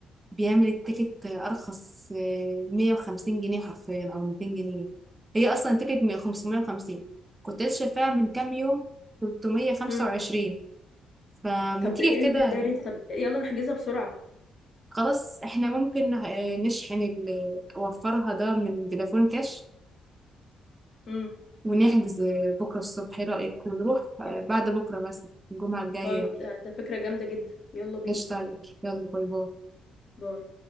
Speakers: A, on the right (about 20°); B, on the left (about 50°).
A: بيعمل التيكت ارخص آه، 150 جنيه حرفيا او 200 جنيه هي اصلا تيكت 550 كنت لسه شايفاها من كام يوم 325
B: امم
A: فما
B: طب
A: تيجي
B: ده جامد
A: كده
B: ده اللي انت طب يلا نحجزها بسرعة
A: خلاص احنا ممكن آه، نشحن اللي وفرها ده من فودافون كاش
B: امم
A: ونحجز آه، بكرة الصبح ايه رأيك ونروح آه،
B: يا
A: بعد بكرة مثلا الجمعة الجاية
B: طيب ده ده فكرة جامدة جدا يلا بينا
A: قشطة عليك يلا باي باي
B: باي